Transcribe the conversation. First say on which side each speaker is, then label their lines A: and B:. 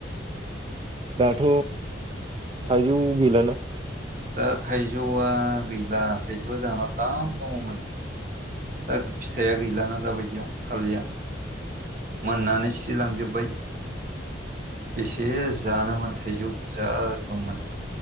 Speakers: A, on the right; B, on the right.
A: दाथ' थाइजौ गैलानो
B: दा थाइजौआ गैला थाइजौआ जाहोनाव दाल्लाम दंङमोन दा फिथाया गैलाना दाबायदियाव थालिया मोननानै सिरिलांजोब्बाय बेसे जानोमोन थाइजौ जा दंमोन